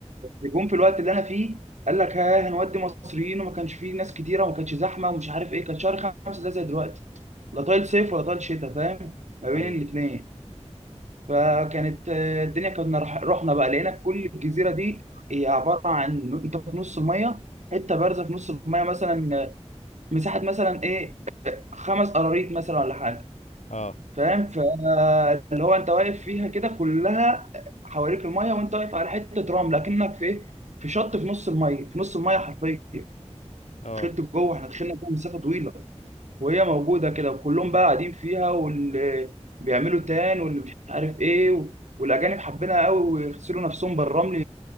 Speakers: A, on the right (about 80°); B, on the left (about 80°).
A: جم في الوقت اللي أنا فيه قال لك ها هنودي مصريين وما كانش فيه ناس كتيرة وما كانش زحمة ومش عارف إيه كان شهر خمسة ده زي دلوقتي لا طايل صيف ولا طايل شتاء فاهم ما بين
B: ايوه
A: الاتنين فكانت
B: مم.
A: آه، الدنيا كنا رح- رحنا بقى لقينا كل الجزيرة دي هي عبارة عن أنت في نص المية حتة بارزة في نص المية مثلا آه، مساحة مثلا إيه خمس قراريط مثلا ولا حاجة
B: اه
A: فاهم فاللي هو انت واقف فيها كده كلها حواليك الميه وانت واقف على حته رمل لكنك في ايه في شط في نص الميه في نص الميه حرفيا
B: اه
A: دخلت جوه احنا دخلنا جوه مسافه طويله وهي موجوده كده وكلهم بقى قاعدين فيها واللي بيعملوا تان واللي مش عارف ايه و... والاجانب حبينها قوي ويغسلوا نفسهم بالرمل